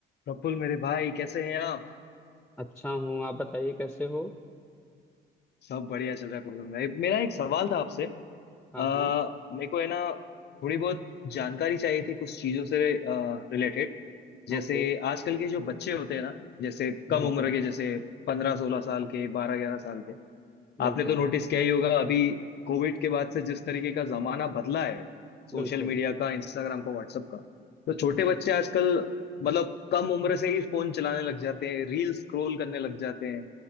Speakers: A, on the left; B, in the centre.
A: प्रफुल मेरे भाई कैसे हैं आप
B: अच्छा हूँ आप बताइए कैसे हो
A: सब बढ़िया चल रहा है प्रफुल भाई मेरा एक सवाल था आपसे
B: हाँ
A: अ,
B: हाँ
A: मेरे को है ना थोड़ी बहुत जानकारी चाहिए थी कुछ चीजों से रिलेटेड जैसे
B: ओके
A: आजकल के जो बच्चे होते हैं ना जैसे कम
B: बिल्कुल
A: उम्र के जैसे पंद्रह सोलह साल के बारह ग्यारह साल के
B: बिल्कुल
A: आपने तो नोटिस
B: बिल्कुल
A: किया ही होगा अभी कोविड के बाद से जिस तरीके का जमाना बदला है सोशल
B: बिल्कुल
A: मीडिया का इंस्टाग्राम का व्हाट्सएप का तो छोटे बच्चे आजकल मतलब कम उम्र से ही फोन चलाने लग जाते हैं रील स्क्रॉल करने लग जाते हैं